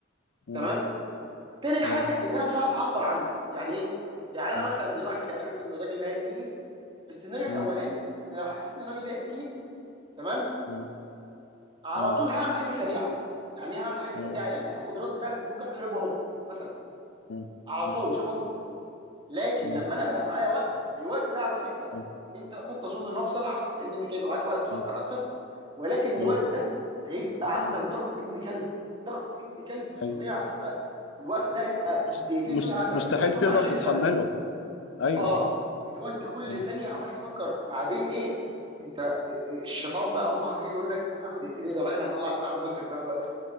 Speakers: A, on the left; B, on the right.
A: مم.
B: تمام تاني حاجه
A: ايوه
B: ان انا مش هعرف اعبر عنه يعني ايه يعني انا
A: مم.
B: مثلا دلوقتي <laughs> عرفت ان الراجل ده هيقتلني في السيناريو الاولاني
A: مم.
B: انا لو حسيت ان الراجل ده هيقتلني تمام
A: مم.
B: على
A: مم.
B: طول هعمل حاجه سريعه يعني ايه هعمل حاجه سريعه
A: مم.
B: يعني هاخد رد فعل ممكن افتح الباب وانط مثلا
A: مم.
B: على
A: مم.
B: طول مش هفكر لكن
A: مم.
B: لما انا بقى معايا وقت الوقت ده على فكره
A: مم.
B: انت قد تظن ان هو في صالحك لان انت هيبقى معاك وقت تفكر
A: مم.
B: اكتر ولكن الوقت
A: مم.
B: ده هيبقى عندك ضغط ابن كلب ضغط ابن كلب فظيع
A: ايوه
B: هتبقى الوقت ده هيبقى
A: مست...
B: الدقيقتين
A: مست...
B: دول هيعدوا
A: مستحيل
B: عليك كانهم
A: تقدر
B: 20
A: تتحمله
B: سنه
A: ايوه
B: اه
A: اه
B: اللي هو انت كل
A: مم.
B: ثانيه عمال تفكر بعدين ايه انت آه، آه، الشيطان بقى ومخك هيجي يقول لك يا عم دقيقتين ايه ده الراجل هيطلع بتاع غزك بقى الوقت